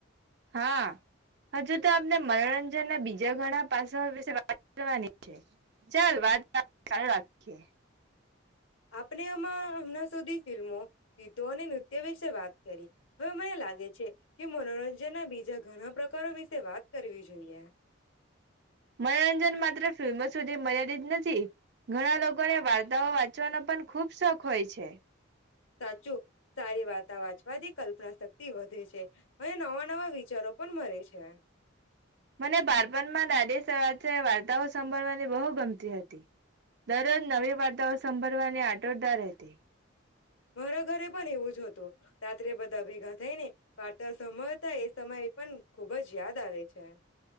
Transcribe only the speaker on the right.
હા હજુ તો આપણે મનોરંજન ના બીજા ઘણા પાસા વિશે વાત કરવાની છે, ચલ વાત ચાલુ રાખીએ.
મનોરંજન માત્ર ફિલ્મો સુધી મર્યાદીત નથી, ઘણા લોકોને વાર્તાઓ વાંચવાનો પણ ખુબ શોખ હોય છે.
મને બાળપણમાં દાદી વાર્તાઓ સાંભળવાની બહુ ગમતી હતી, દરરોજ નવી વાર્તાઓ સંંભળવાની આટરદાર રહેતી.